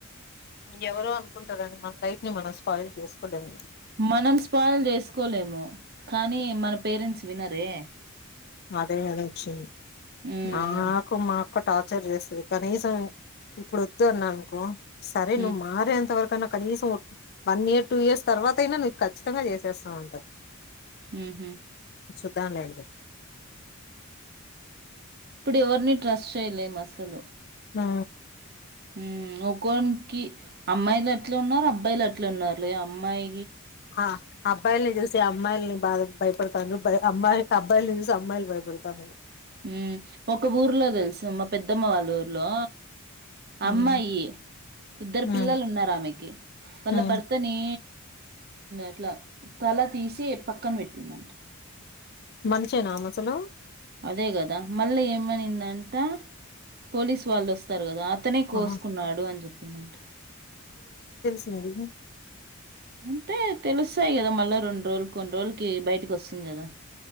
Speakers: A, on the left; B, on the right.
A: ఎవరో అనుకుంటారండి మన లైఫ్ ని మనం స్పాయిల్ చేసుకోలేము కదా.
B: మనం స్పాయిల్ చేసుకోలేము కానీ మన పేరెంట్స్ వినరే.
A: అదే గదా వచ్చింది.
B: ఉమ్,
A: ఆకు మాకు. ఒక టార్చర్ చేస్తుది కనీసం ఇప్పుడు వద్దు అన్నానుకో. సరే నువ్
B: ఉమ్,
A: మారే అంత వరకన్నా. కనీసం వన్ ఇయర్ టూ ఇయర్స్ తర్వాత అయినా నువ్వు ఖచ్చితంగా చేసేస్తావుంటర్.
B: ఉహూ.
A: సుధా లేక
B: ఇప్పుడు ఎవరిని ట్రస్ట్ చేయలేం అస్సలు.
A: ఆ.
B: ఉమ్ ఒక్కోనికి అమ్మాయిల్ అట్లా ఉన్నారు, అబ్బాయిలు అట్ల ఉన్నారు. ఏ అమ్మాయి
A: ఆ అబ్బాయిల్ని చూసి అమ్మాయిల్ని బాద భయపడతండ్రు. అమ్మాయి అబ్బాయిలు ని చూసి అమ్మాయి భయపడతండ్రు.
B: ఉ ఒక ఊర్లో తెలుస మా పెద్దమ్మ వాళ్ళ ఊర్లో.
A: ఉమ్
B: అమ్మాయి ఇద్దరు పిల్లలు
A: ఉమ్
B: ఉన్నారు ఆమెకి వాళ్ళ
A: ఉమ్
B: భర్తని. అట్లా తల తీసి పక్కన పెట్టిందంట.
A: మనిషేనా ఆమె అసలు.
B: అదే కదా మళ్ళీ ఏమైందంటే పోలీసు వాళ్ళు వస్తారు కదా. అతనే కోసుకున్నాడు
A: ఆహా
B: అని చెప్పిందంట.
A: తెలవదు.
B: అంతే తెలుస్తాయి కదా మళ్ళా రెండు రోజులకి కొన్ని రోజులకి బయటికి వస్తుంది కదా.